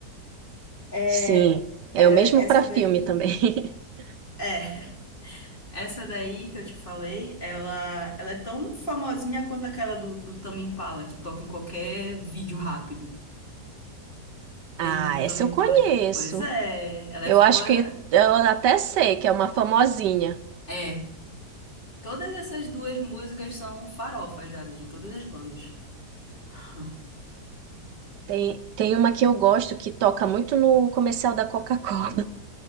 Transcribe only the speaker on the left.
É,
é-
essa
daí.
É. Essa daí que eu te falei, ela, ela é tão famosinha quanto aquela do, do Tame Impala, que toca em qualquer vídeo rápido.
Tem uma do Tame
Impala
que é, pois é, ela
é famosa.
É, todas essas duas músicas são farofa já, de todas as bandas. <laughs>